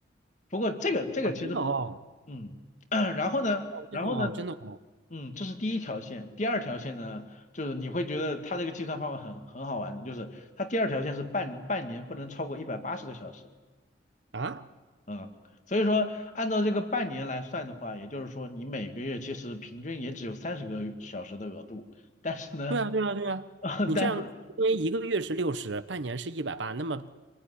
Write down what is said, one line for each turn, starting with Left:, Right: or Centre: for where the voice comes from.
Left: 不过这个这个其实
Right: 啊，真的哦，
Left: 嗯，<clears throat> 然后呢，
Right: 哦，
Left: 然后呢，
Right: 真的哦，真的哦，
Left: 嗯，这是第一条线，第二条线呢，就是你会觉得它这个计算方法很很好玩的，就是它第二条线是半半年不能超过一百八十个小时，
Right: 啊，
Left: 嗯，所以说按照这个半年来算的话，也就是说你每个月其实平均也只有三十个小时的额度，但是呢，
Right: 对啊，对啊，对啊，
Left: <laughs>
Right: 你这样，
Left: 但是。
Right: 因为一个月是六十，半年是一百八，那么